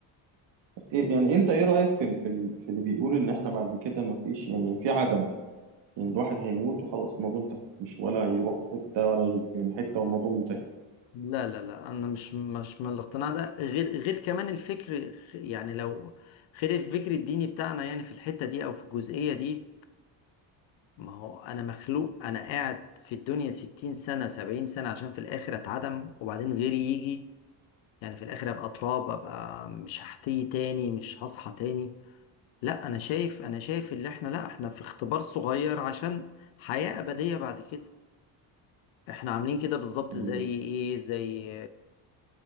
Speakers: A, on the right (about 65°); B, on the left (about 75°).
A: إيه- يعني انت ايه رأيك في ال- في ال- في اللي بيقول ان احنا بعد كده مفيش يعني في عدم يعني الواحد هيموت وخلاص الموضوع انتهى مش ولا يروح في حتة ولا يجي من حتة والموضوع منتهي
B: لا لا لا انا مش مش من الاقتناع ده غير غير كمان الفكر يعني لو غير الفكر الديني بتاعنا يعني في الحتة دي او في الجزئية دي ما هو انا مخلوق انا قاعد في الدنيا ستين سنة سبعين سنة عشان في الاخر اتعدم وبعدين غيري يجي يعني في الاخر ابقى تراب ابقى مش هحتي تاني مش هصحى تاني لا انا شايف انا شايف اللي احنا لا احنا في اختبار صغير عشان حياة ابدية بعد كده احنا عاملين كده بالظبط
A: يعني
B: زي ايه زي